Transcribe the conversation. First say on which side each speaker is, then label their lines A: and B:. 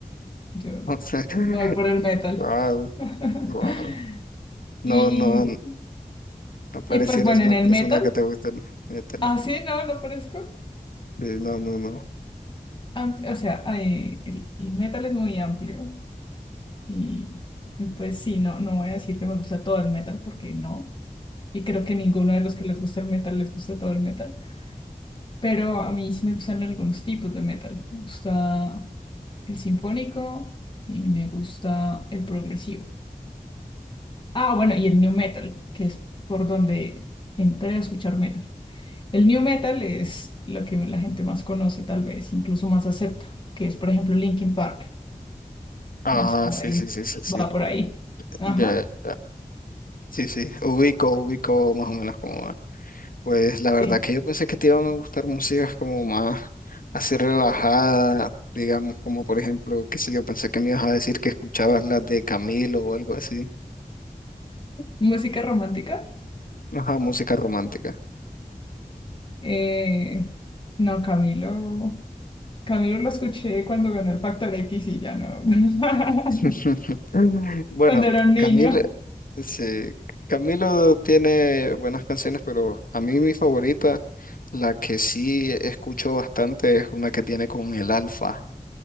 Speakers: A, on the left; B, on the left.
A: Yo
B: <laughs>
A: voy por el metal.
B: Wow,
A: <laughs>
B: wow. No,
A: Y,
B: no, no parecieras
A: y pues bueno,
B: una
A: en el
B: persona
A: metal,
B: que te gusta el metal.
A: así no, no parezco.
B: Sí, no, no, no.
A: Am- O sea, hay- el, el metal es muy amplio y, y pues sí, no, no voy a decir que me gusta todo el metal porque no. Y creo que ninguno de los que les gusta el metal les gusta todo el metal. Pero a mí sí me gustan algunos tipos de metal. Me gusta. el sinfónico y me gusta el progresivo. Ah, bueno, y el new metal, que es por donde entré a escuchar metal. El new metal es lo que la gente más conoce, tal vez, incluso más acepta, que es, por ejemplo, Linkin Park.
B: Ah,
A: Entonces, por
B: sí,
A: ahí,
B: sí, sí, sí, sí.
A: va por ahí. Ajá,
B: Ya, ya. ya. Sí, sí. Ubico, ubico más o menos como Pues la verdad
A: sí.
B: que yo pensé que te iban a gustar músicas como más así relajada, digamos, como por ejemplo, qué sé yo, pensé que me ibas a decir que escuchabas las de Camilo o algo así.
A: Música romántica.
B: Ajá, música romántica.
A: Eh, no, Camilo. Camilo lo escuché cuando ganó el Factor X y ya no. <laughs>
B: <laughs> Mm. Bueno,
A: Cuando era un niño.
B: Camilo, sí, Camilo tiene buenas canciones, pero a mí mi favorita, la que sí escucho bastante, es una que tiene con el Alfa,